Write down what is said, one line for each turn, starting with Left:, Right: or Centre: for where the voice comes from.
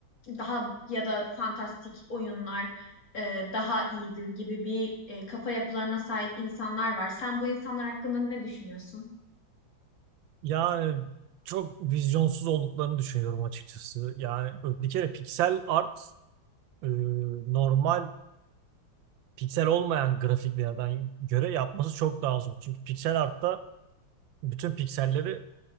Left: daha ya da fantastik oyunlar e, daha iyidir gibi bir e, kafa yapılarına sahip insanlar var. Sen bu insanlar hakkında ne düşünüyorsun?
Right: Yani çok vizyonsuz olduklarını düşünüyorum açıkçası. Yani bir kere piksel art e, normal piksel olmayan grafiklerden göre yapması çok daha zor. Çünkü piksel artta bütün pikselleri